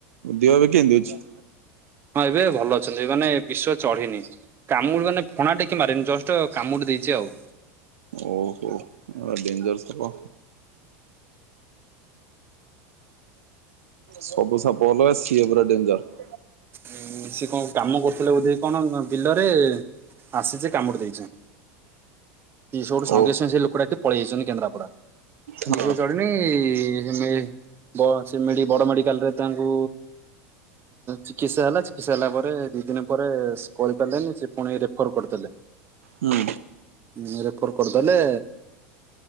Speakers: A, on the right; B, on the right.
A: ଦିଅ ଏବେ କେନ୍ତି ଅଛି?
B: ହଁ ଏବେ ଭଲ ଅଛନ୍ତି ମାନେ ବିଶ ଚଢିନି। କାମୁଡି ମାନେ ଫଣା ଟେକି ମାରିନି ଜଷ୍ଟ କାମୁଡି ଦେଇଛି ଆଉ।
A: ଓହୋ। ଆ ଡେଞ୍ଜର ସାପ। ସବୁ ସାପ ଅଲଗା ସିଏ ପୁରା ଡେଞ୍ଜର।
B: ଉଁ ସିଏ କଣ କାମ କରୁଥିଲେ ବୋଧେ କି କଣ ବିଲରେ ଆସିଛି କାମୁଡ଼ି ଦେଇଛି। ସୁଠୁ ସଙ୍ଗେ
A: ଓ
B: ସଙ୍ଗେ ସେ ଲୋକଟାଏ ପଳେଇ ଯାଇଛନ୍ତି କେନ୍ଦ୍ରାପଡ଼ା।
A: ହଁ
B: ବିଷ ଚଢ଼ିନି ସେ ବ ସେ ବଡ଼ ମେଡିକାଲରେ ତାଙ୍କୁ ଚିକିତ୍ସା ହେଲା ଚିକିତ୍ସା ହେଲା ପରେ ଦି ଦିନ ପରେ କହି ପାରିଲେନି। ସେ ପୁଣି ରେଫର୍ କରିଦେଲେ।
A: ହୁଁ।
B: ହଁ ରେଫର୍ କରିଦେଲେ